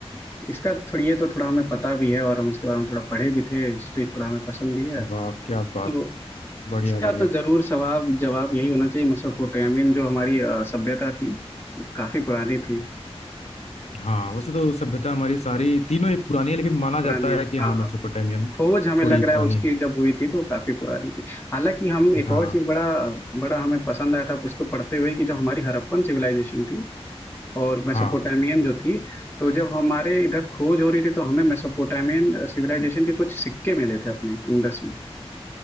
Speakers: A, on the left; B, on the left.
A: इसका थोड़ी ये तो थोड़ा हमें पता भी है और हम इसके बारे में थोड़ा पढ़े भी थे हिस्ट्री थोड़ा हमें पसंद भी है
B: वाह क्या
A: तो
B: बात बढ़िया
A: इसका
B: बढ़िया
A: तो जरूर सवाब जवाब यही होना चाहिए मेसोपोटामियन जो हमारी अ, सभ्यता थी काफी पुरानी थी
B: हाँ वैसे तो सभ्यता हमारी सारी तीनों ही पुरानी है लेकिन माना
A: पुरानी
B: जाता
A: है
B: है कि हाँ
A: हाँ
B: मेसोपोटामियन
A: हाँ खोज हमें
B: थोड़ी
A: लग रहा
B: पुरानी
A: है उसकी
B: है
A: जब हुई थी तो काफी पुरानी थी हालांकि हम एक
B: हाँ
A: और चीज बड़ा बड़ा हमें पसंद आया था उसको पढ़ते हुए कि जो हमारी हड़प्पन सिविलाइजेशन थी और मेसोपोटामियन
B: हाँ
A: जो थी तो जब हमारे इधर खोज हो रही थी तो हमें मेसोपोटामियन सिविलाइजेशन के कुछ सिक्के मिले थे अपने इंडस में